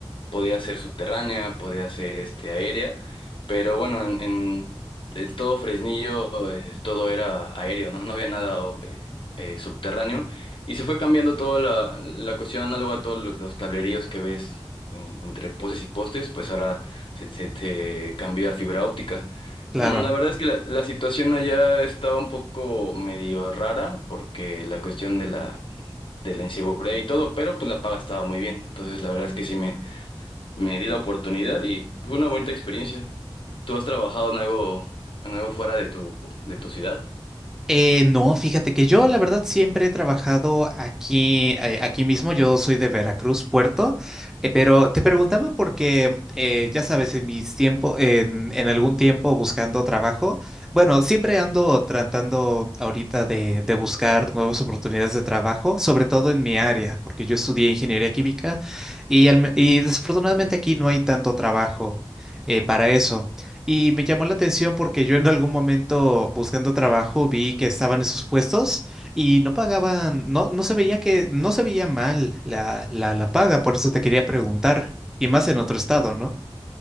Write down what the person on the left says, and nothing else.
Podía ser subterránea, podía ser este, aérea, pero bueno, en, en- en todo Fresnillo eh, todo era aéreo, ¿no? No había nada eh, eh, subterráneo. Y se fue cambiando toda la, la cuestión análoga a todos los, los cableríos que ves en- entre postes y postes, pues ahora se, se, se cambió a fibra óptica.
Mm, La verdad es que la, la situación allá estaba un poco medio rara porque la cuestión de la, de la inseguridad y todo, pero pues la paga estaba muy bien. Entonces la verdad es que sí me, me di la oportunidad y fue una bonita experiencia. ¿Tú has trabajado en algo, en algo fuera de tu, de tu ciudad?